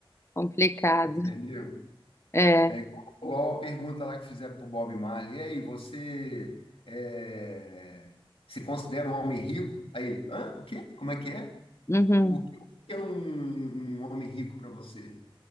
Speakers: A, on the left; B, on the left.
A: complicado.
B: Entendeu?
A: É,
B: É igual, igual a pergunta lá que fizeram para o Bob Marley, e aí, você é, se considera um homem rico? Aí ele, hã? O quê? Como é que é?
A: uhum,
B: O que o que é um um homem rico para você?